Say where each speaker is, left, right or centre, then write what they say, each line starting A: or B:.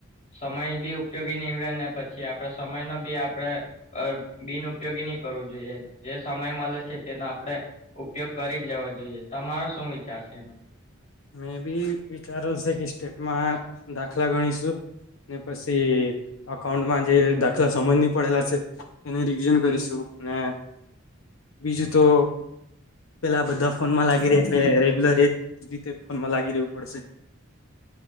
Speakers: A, on the left; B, on the left.
A: સમય બી ઉપયોગી નીવડે ને પછી આપડે સમય નો બી આપ આપણે બિન ઉપયોગી ની કરવું જોઈએ જે સમય મળે છે તેને આપણે ઉપયોગ કરી જ લેવો જોઈએ તમારો શું વિચાર છે એમાં?
B: મેં બી વિચારો છે કે સ્ટેટમાં દાખલા ગણીશું ને પસી અકાઉન્ટમાં જે દાખલા સમજ ની પડેલા છે. એને રિવિઝન કરીશું ને બીજું તો પેલા બધા ફોનમાં લાગી રે એટલે રેગ્યુલર એ રીતે ફોનમાં લાગી રેવું પડશે